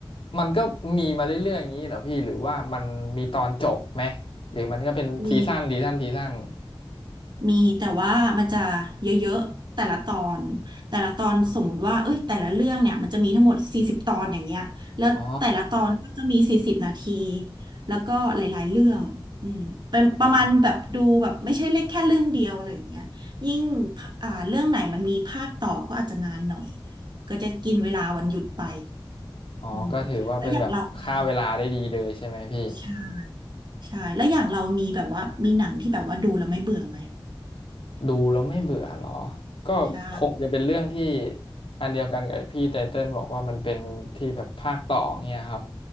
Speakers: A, on the left; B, on the right.
A: มันก็มีมาเรื่อยๆอย่างนี้เหรอพี่หรือว่ามันมีตอนจบไหมหรือมันก็เป็นซีซั่นซีซั่นซีซั่น
B: มี มีแต่ว่ามันจะเยอะๆแต่ละตอนแต่ละตอนสมมุติว่าเอ้ยแต่ละเรื่องเนี่ยมันจะมีทั้งหมดสี่สิบตอนอย่างเงี้ยแล้วแต่ละตอนก็จะมีสี่สิบนาที
A: อ๋อ
B: แล้วก็หลายๆเรื่องอืมเป็นประมาณแบบดูแบบไม่ใช่เล็กแค่เรื่องเดียวอะไรอย่างเงี้ยยิ่ง
A: โอ้
B: อ่าเรื่องไหนมันมีภาคต่อก็อาจจะนานหน่อยก็จะกินเวลาวันหยุดไป
A: อ๋อก็ถือว่าเป็นแบบฆ่าเวลาได้ดีเลยใช่ไหมพี่
B: อืมแล้วอย่างเรามีใช่ใช่แล้วอย่างเรามีแบบว่ามีหนังที่แบบว่าดูแล้วไม่เบื่อไหม
A: ดูแล้วไม่เบื่อเหรอก็คงจะเป็นเรื่องที่
B: ใช่
A: อันเดียวกันกับพี่ไตเติ้ลบอกว่ามันเป็นที่แบบภาคต่อเนี่ยครับ